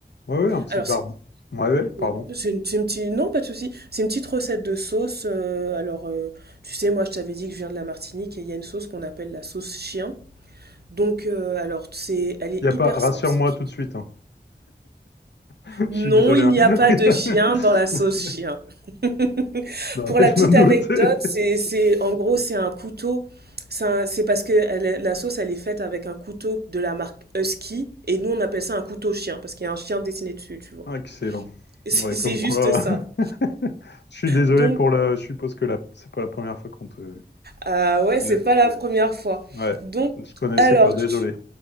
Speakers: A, on the left; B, on the right.
A: ouais, ouais, un petit
B: Alors,
A: barbe.
B: c'est
A: Ouais, ouais, pardon.
B: Oui, c'est une, c'est une petite, non, pas de souci. C'est une petite recette de sauce. euh, alors, euh, tu sais, moi, je t'avais dit que je viens de la Martinique et il y a une sauce qu'on appelle la sauce chien. Donc, euh, alors, c'est, elle est
A: Y a pas,
B: hyper
A: rassure-moi
B: simple, cette sauce.
A: tout de suite. hein. <laughs>
B: Non,
A: Je suis désolé.
B: il
A: hein.
B: n'y
A: <laughs>
B: a pas de chien dans la sauce
A: Ok.
B: chien. <laughs>
A: Non,
B: Pour
A: mais
B: la
A: je
B: petite
A: me doutais.
B: anecdote, c'est, c'est, en gros, c'est un couteau. C'est un- c'est parce que elle est- la sauce, elle est faite avec un couteau de la marque Husky et nous, on appelle ça un couteau chien parce qu'il y a un chien dessiné dessus, tu vois.
A: Excellent.
B: <laughs> C'est
A: Ouais,
B: c'est
A: comme
B: juste
A: quoi.
B: ça.
A: <laughs> Je suis désolé
B: Donc,
A: pour le. Je suppose que la... c'est pas la première fois qu'on te.
B: Ah ouais,
A: Ouais.
B: c'est pas la Ouais. première fois.
A: ouais.
B: Donc,
A: Je connaissais
B: alors,
A: pas, désolé.
B: tu...